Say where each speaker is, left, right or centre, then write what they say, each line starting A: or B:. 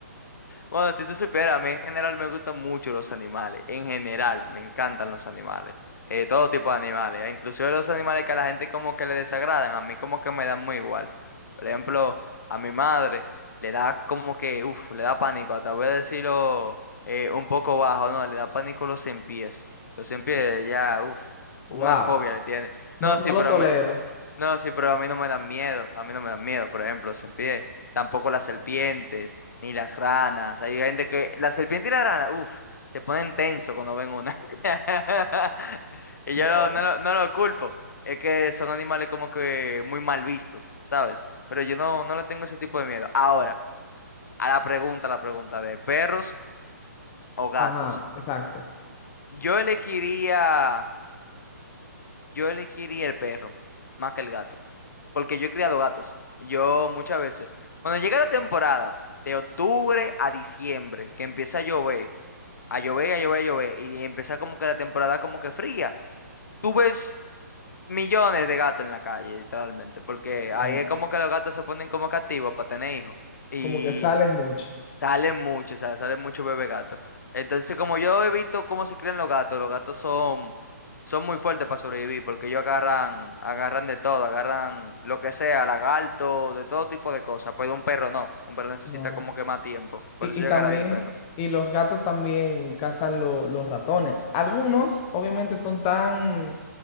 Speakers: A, on the left (about 70°); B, on the left (about 20°).
A: Bueno, si tú supieras, a mí en general me gustan mucho los animales. En general, me encantan los animales. Eh, todo tipo de animales. eh, Inclusive los animales que a la gente como que le desagradan, a mí como que me dan muy igual. Por ejemplo, a mi madre le da como que, uff, le da pánico. Hasta voy a decirlo eh, un poco bajo, no, le da pánico los cien pies. Los cien pies, ya, uff,
B: Wow.
A: una fobia le tiene.
B: No,
A: No,
B: no
A: sí,
B: lo
A: pero
B: tolera.
A: me No, sí, pero a mí no me dan miedo, a mí no me dan miedo, por ejemplo, los serpientes, tampoco las serpientes, ni las ranas, hay gente que, la serpiente y la rana, uff, se ponen tenso cuando ven una, <laughs> y
B: No.
A: yo no, no, lo- no lo culpo, es que son animales como que muy mal vistos, ¿sabes? Pero yo no, no le tengo ese tipo de miedo. Ahora, a la pregunta, la pregunta de perros o gatos,
B: Ajá, exacto.
A: yo elegiría... Yo elegiría el perro más que el gato, porque yo he criado gatos. Yo muchas veces, cuando llega la temporada de octubre a diciembre, que empieza a llover, a llover, a llover, a llover, y empieza como que la temporada como que fría, tú ves millones de gatos en la calle, literalmente, porque
B: Bueno,
A: ahí es como que los gatos se ponen como que activos para tener hijos. Y
B: como que salen mucho.
A: salen mucho, o sea, salen muchos bebé gatos, Entonces, como yo he visto cómo se crían los gatos, los gatos son, son muy fuertes para sobrevivir, porque ellos agarran, agarran de todo, agarran lo que sea, lagarto, de todo tipo de cosas. Pero un perro no, un perro necesita
B: No.
A: como que más tiempo. Por
B: Y,
A: eso
B: y
A: yo
B: también,
A: agarraría el perro.
B: y los gatos también cazan lo- los ratones. Algunos, obviamente, son tan,